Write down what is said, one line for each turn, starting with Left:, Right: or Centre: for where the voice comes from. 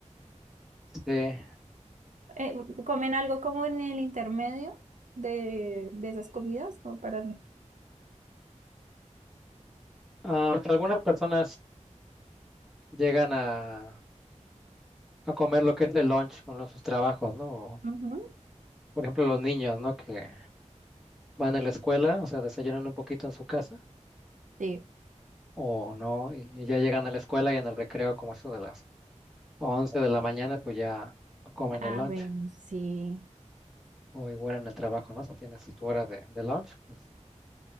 Centre: Sí.
Right: Eh, ¿comen algo como en el intermedio de, de esas comidas? Como para...
Centre: Ah, algunas personas llegan a a comer lo que es el lunch por sus trabajos, ¿no? O,
Right: Ujú.
Centre: por ejemplo, los niños, ¿no? Que van a la escuela, o sea, desayunan un poquito en su casa
Right: Sí.
Centre: o no, y y ya llegan a la escuela y en el recreo, como eso de las 11 de la mañana, pues ya comen
Right: Ah,
Centre: el lunch
Right: bueno, sí.
Centre: o igual en el trabajo, ¿no? Si tienes tu hora de, de lunch, pues